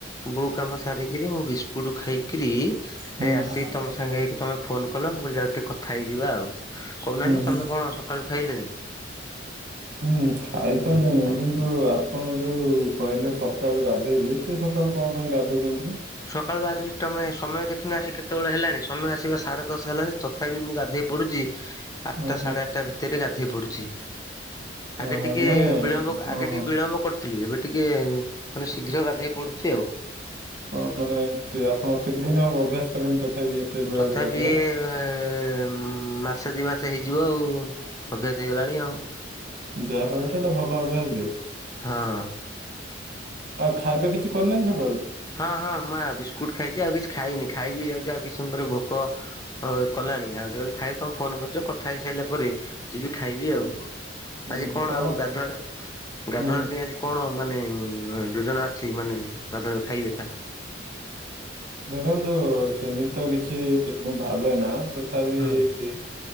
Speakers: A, on the left; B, on the right.
A: ବୋଉ କାମ ସାରିକିରି ମୁଁ ବିସ୍କୁଟ ଖାଇକିରି
B: ହୁଁ
A: ହେଇ ଆସିକି ତମ ସାଙ୍ଗେ ହେଇକି ତମେ ଫୋନ କଲ ମୁଁ କହିଲି ଆ ଟିକେ କଥା ହେଇଯିବା ଆଉ କହୁନାହାନ୍ତି
B: ହୁଁ।
A: ତମେ କଁ ପଣ ସକାଳୁ ଖାଇଲେଣି?
B: ଉମ୍ ଖାଇ ତ ଲେଣି କିନ୍ତୁ ଆପଣ ଯୋଉ କହିଲେ ସକାଳୁ ଗାଧେଇଲି ଏତେ ସକାଳୁ କଣ ପାଇଁ ଗାଧଉଚନ୍ତି?
A: ସକାଳୁ ଆଜି ଟମେ ସମୟ ଦେଖିନା ଆସି କେତବେଳେ ହେଲାଣି ସମୟ ଆସିବା ସାଢେ ଦଶ ହେଲାଣି ତଥାପି ମୁଁ ଗାଧେଇ ପଡ଼ୁଚି। ଆଠ୍
B: ଓହୋ
A: ଟା ସାଢେ ଆଠ୍ ଟା ଭିତେରେ ଗାଧେଇ ପଡ଼ୁଚି। ଆଗେ
B: ଓହୋ
A: ଟିକେ
B: ନାଇଁ
A: ବିଳମ୍ବ ଆଗେ
B: ଓହୋ।
A: ଟିକେ ବିଳମ୍ବ କର ସିଏ ଏବେ ଟିକେ ମାନେ ଶୀଘ୍ର ଗାଧେଇ ପଡ଼ୁଚି ଆଉ।
B: <unintelligible> ମାନେ କେ ଆପଣ କେତଦିନ ହବ ଅଭ୍ୟାସ କଲେଣି ତଥାପି? ବେଳା
A: ତଥାପି
B: ବେଳି ଗାଧେଇବା?
A: ଇଏ ଯେ ମାସେ ଦି ମାସ ହେଇଯିବ ଆଉ ଅଭ୍ୟାସ ହେଇଗଲାଣି ଆଉ।
B: ଯାହା ହଉ ଏଟା ଏଟା ଭଲ ଅଭ୍ୟାସ ଯେ।
A: ହଁ
B: ଆଉ ଖାଇବା କିଛି କରି ନାହାନ୍ତି ସକାଳୁ?
A: ହଁ ହଁ ମା ବିସ୍କୁଟ ଖାଇଚି ଆଉ କିଛି ଖାଇନି ଖାଇବି ଯାଉଚି ଆଉ କିଛି ସମୟ ପରେ ଭୋକ ହଁ କଲାଣି ଆଉ ଟିକେ ଗଲେ ଖାଇବ ତମେ ଫୋନ କରୁଚ କଥା ହେଇସାଇଲା ପରେ ଯିବି ଖାଇବି
B: ହୁଁ
A: ଆଉ
B: ହୁଁ
A: ଆଜି
B: ହୁଁ
A: କଣ
B: କଣଟା
A: ଆଉ ଗାଧୁଆ ବେଳେ ଗାଧୁଆ
B: ହୁଁ ହୁଁ
A: ପାଇଁ ଆଜି କଣ ମାନେ ଉମ୍ ଯୋଜନା ଅଛି ମାନେ <unintelligible> ଖାଇ <unintelligible>
B: ଦେଖନ୍ତୁ ସେମିତ ତ କିଛି ମୁଁ ଭାବେ ନା ତଥାପି
A: ହଁ
B: <unintelligible>